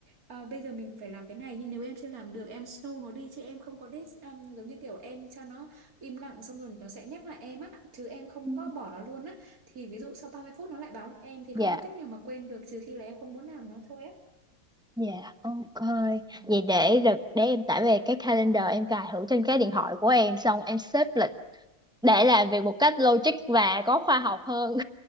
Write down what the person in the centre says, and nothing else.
Ừ.
Dạ.
Dạ. Ok.
Vậy để được để em tải về cái calendar em cài thử trên cái điện thoại của em xong em xếp lịch để làm việc một cách logic và có khoa học hơn.